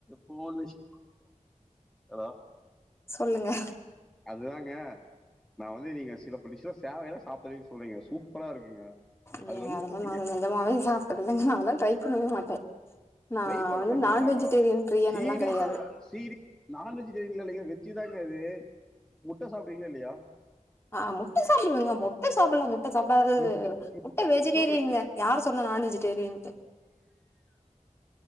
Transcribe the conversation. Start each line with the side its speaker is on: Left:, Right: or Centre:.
Centre: போன் வெச்சு ஹலோ
Left: சொல்லுங்க
Centre: அத்தாங்க நா வந்து நீங்க சில பல டிஷ்லா சேவையெல்லா சாப்ட்டதே இல்ல சொல்றீங்க சூப்பரா இருக்குங்க
Left: நீங்க
Centre: அது வந்து
Left: அதெல்லா நா நெஜமாவே சாப்ட்டது இல்லங்க நாலா ட்ரை பண்ணவே மாட்டே நா
Centre: ட்ரை பண்ண
Left: வந்து
Centre: மாட்டீங்களாவா
Left: நான் வெஜிடேரியன் பிரியன்
Centre: சீரீஸா
Left: எல்லா கெடையாது
Centre: சீரி நாண்வெஜ் <unintelligible> இல்லிங்க இது வெஜ்ஜு தாங்க அது முட்ட சாப்டுவிங்களா இல்லயா
Left: ஆ முட்ட சாப்டுவங்க முட்ட சாப்பல்லா முட் முட்ட சாப்டாதது
Centre: முட்டை
Left: முட்ட வெஜிடேரியன்ங்க
Centre: முட்டை
Left: யாரு சொன்னா நான் வெஜிடேரியன்ட்டு